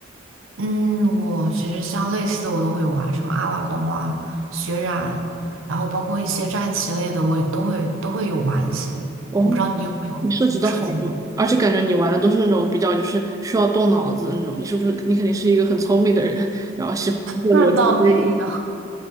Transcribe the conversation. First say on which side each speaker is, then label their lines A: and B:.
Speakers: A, on the right (about 85°); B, on the right (about 15°).
A: 嗯，我其实像类似的我都会玩，什么阿瓦隆啊、血染，然后包括一些战棋类的，我也都会都会有玩一些。
B: 哦
A: 我不知道你有没有涉及过？
B: 你设置的好多，而且感觉你玩的都是那种比较就是需要动脑子的那种。你是不是你肯定是一个很聪明的人，然后喜欢一些逻辑推理？
A: 那倒没有。